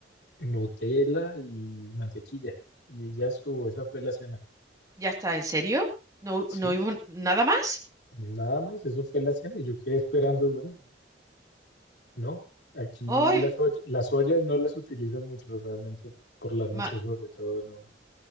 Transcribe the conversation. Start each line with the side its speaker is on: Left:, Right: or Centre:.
Left: Nutella y mantequilla. Y ya estuvo, esa fue la cena.
Right: ¿Ya está? ¿En serio? ¿No, no
Left: Sí,
Right: hubo nada más?
Left: nada más, eso fue la cena. Y yo quedé esperando, bueno, no, aquí
Right: ¡Ay!
Left: las, oll- las ollas no las utilizan mucho realmente por la noche
Right: ma-
Left: sobre todo, no.